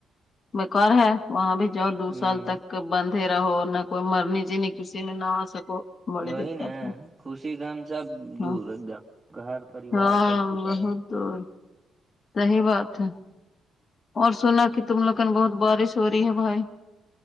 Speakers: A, on the left; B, on the right.
A: بیکار ہے وہاں بھی جاؤ دو
B: ہوں
A: سال تک کب اندھرا ہو نہ کوئی مرنے جینے کسی میں نہ آ سکو بڑی
B: وہی
A: دقت
B: نا
A: ہے
B: خوشی غم سب دور
A: ہاں
B: ایک دم گھر پریوار
A: ہاں
B: سب چھوٹا
A: بہت
B: رہے
A: دور صحیح بات ہے اور سنا کی تم لوگن بہت بارش ہو رہی ہے بھائی